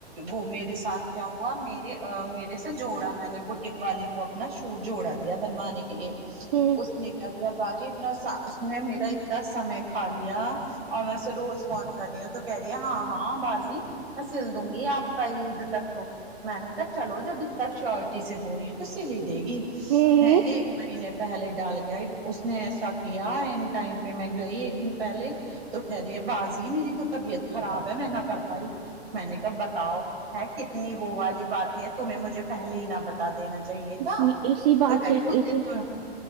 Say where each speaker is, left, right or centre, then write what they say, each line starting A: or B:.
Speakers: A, on the right; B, on the right.
A: وہ میرے ساتھ کیا ہوا میرے میرے سے جوڑا میں نے بٹک والے کو اپنا شور جوڑا دیا بنوانے کے لیے اس
B: ہوں
A: اس نے کیا باجی اتنا اس نے میرا اتنا سمے کھا لیا اور میں روز فون کر رہی ہوں تو کہہ رہی ہے ہاں ہاں باجی میں سیل دوں گی آپ کا عید تک تو میں نے کہا چلو جب اتنا شیورٹی سے ہو رہی ہے تو سیل ہی دے گی
B: ہوں
A: ایک مہینے پہلے ڈال کے آئی اس نے ایسا کیا این ٹائم پہ میں گئی ایک دن پہلے تو کہہ رہی ہے بازی میری تو طبیعت خراب ہے میں نہ کر پائی میں نے کہا بتاؤ ہے کتنی وہ والی باتیں ہیں تمہیں مجھے پہلے ہی نہ بتا دینا چاہیے
B: اسی
A: تھا
B: اسی بات
A: تو کہہ رہے
B: سے
A: ہیں مجھے
B: اسی
A: تو